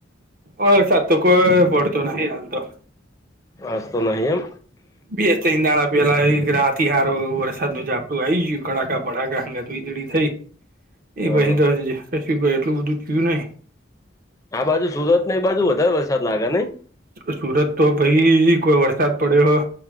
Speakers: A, on the right; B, on the left.
A: ઓ સાત કો પડતો નહી હાલ તો
B: અસ્ તો નહી એમ
A: બેય ત્રણ દાણા પેલા ગ્રહથી રાતી સારો વરસાદ નું ઝાપટું આ આવી ગયું કડાકા પડાગાને ધીધડી થઈ. એ
B: હા
A: પછી
B: હા
A: દ <unintelligible> રશ ભાઈ એટલું બધું થયું નહી.
B: આ બાજુ સુરતને એ બાજુ વધારે વરસાદ લાગે નહી?
A: સુરત તો ભાઈ કોઈ વરસાદ પડ્યો